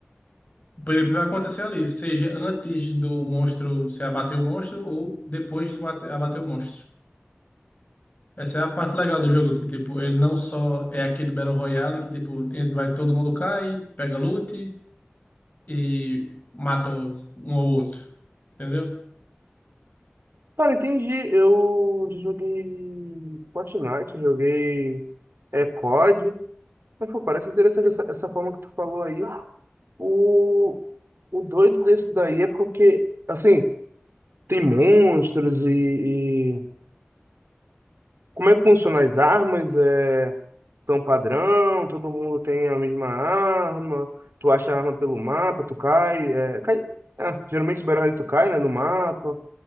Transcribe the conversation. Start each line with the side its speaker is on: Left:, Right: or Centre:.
Left: o PVP vai acontecer ali, seja antes do monstro você abater o monstro ou depois de mate- abater o monstro. Essa é a parte legal do jogo, que tipo, ele não só é aquele Battle Royale que tipo, ele vai todo mundo cai, pega loot e mata um ao outro. Entendeu?
Right: Cara, entendi. Eu já joguei Fortnite, joguei é, COD. Mas, pô, parece interessante essa, essa forma que tu falou aí. O, o doido desse daí é porque, assim, Tem monstros e, e- Como é que funcionam as armas? É tão padrão? Todo mundo tem a mesma arma? Tu acha a arma pelo mapa? Tu cai? É, cai... Ah, geralmente o Battle Royale tu cai, né, no mapa.